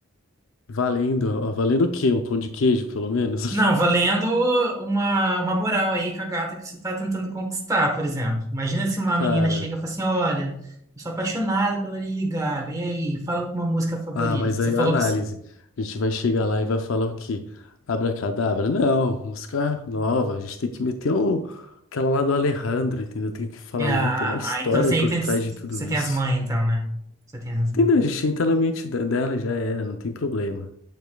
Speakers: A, on the left; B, on the right.
A: Valendo, ó, valendo o quê? Um pão de queijo, pelo menos?
B: Não, valendo uma, uma moral aí com a gata que você tá tentando conquistar, por exemplo. Imagina se uma
A: <laughs> Cara.
B: menina chega e fala assim, olha, eu sou apaixonada pela Lady Gaga, e aí, fala uma música favorita.
A: Ah, mas
B: Você
A: aí,
B: falou
A: análise.
B: que
A: A gente vai chegar lá e vai falar o quê? Abracadabra? Não, música nova. A gente tem que meter um... aquela lá do Alejandro, entendeu? Tem que falar,
B: É, Ah,
A: não, tem uma história
B: ah, então você
A: por
B: aí tem,
A: trás de tudo
B: você
A: isso.
B: tem as mães, então, né? Você tem as
A: Entendeu?
B: mães.
A: A gente entra na mente da- dela e já era, não tem problema.